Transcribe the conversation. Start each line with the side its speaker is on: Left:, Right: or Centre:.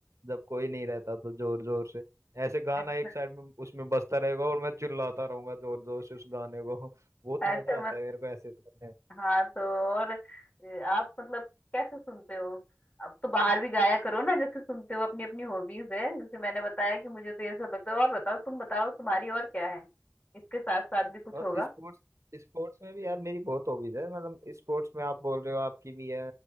Right: जब कोई नहीं रहता तो जोर जोर से ऐसे गाना
Left: <laughs>
Right: एक साइड में उसमें बजता रहेगा और मैं चिल्लाता रहूंगा जोर जोर से उस गाने को <laughs> बहुत
Left: अच्छा
Right: मजा आता
Left: मत
Right: है मेरे को ऐसे करने में।
Left: हाँ तो और ए, आप मतलब कैसे सुनते हो अब तो बाहर भी गाया करो ना जैसे सुनते हो अपनी अपनी हॉबीज है जैसे मैंने बताया कि मुझे तो ये सब लगता है और बताओ तुम बताओ तुम्हारी और क्या है इसके साथ साथ भी कुछ
Right: और
Left: होगा
Right: स्पोर्ट्स स्पोर्ट्स में भी यार मेरी बहुत हॉबीज है मतलब स्पोर्ट्स में आप बोल रहे हो आपकी भी है